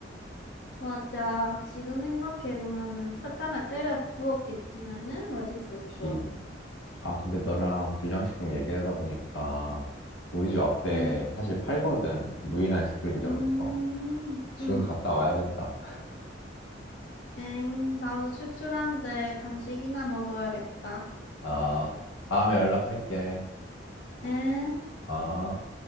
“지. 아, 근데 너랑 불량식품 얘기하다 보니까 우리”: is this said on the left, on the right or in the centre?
Left